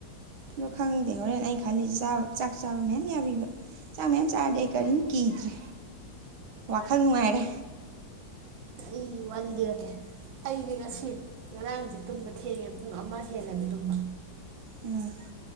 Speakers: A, on the right; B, on the right.
A: ꯑꯗꯣ ꯈꯪꯗꯦ ꯍꯣꯔꯦꯟ ꯑꯩꯅ ꯈꯜꯂꯤꯁꯥꯕ ꯆꯥꯛ ꯆꯥꯕ ꯃꯌꯥꯝ ꯌꯥꯕꯤꯕ ꯆꯥꯛ ꯃꯌꯥꯝ ꯆꯥꯔꯗꯤꯦ ꯑꯩ ꯀꯔꯤꯝ ꯀꯤꯗ꯭ꯔꯦ ꯋꯥꯈꯜ ꯅꯨꯡꯉꯥꯏꯔꯦ
B: ꯑꯩ ꯋꯥꯅꯤꯗꯤꯔꯀꯦ ꯑꯩꯗꯤꯉ ꯁꯤ ꯉꯔꯥꯡꯁꯦ ꯇꯨꯝꯕ ꯊꯦꯡꯉꯦ ꯄꯨꯡ ꯑꯃ ꯍꯦꯜꯂꯦꯕ ꯇꯨꯝꯕ
A: ꯎꯝ